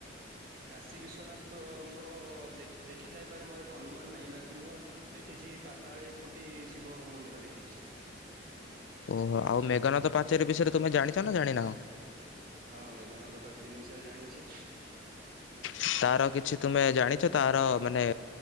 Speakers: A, on the right; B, on the left.
A: କାଶୀ ବିଶ୍ୱନାଥ ମୋର ଦେଖି ଥାଇପାରେ ମୋର ତ ଅନୁମାନ ନାହିଁ ବାକି ମୁଁ ଦେଖିଛି ପାତାଳ ଫୁଟି ଶିବ ମନ୍ଦିର ଦେଖି <inaudible>
B: ଓହୋ ଆଉ ମେଘନାଦ ପାଚେରୀ ବିଷୟରେ ତୁମେ ଜାଣିଛ ନା ଜାଣିି ନାହ
A: ହଁ ମେଘନାଥ ପଚେରି ବିଷୟରେ ଜାଣିଛି।
B: ତାର କିଛି ତୁମେ ଜାଣିଛ ତାର ମାନେ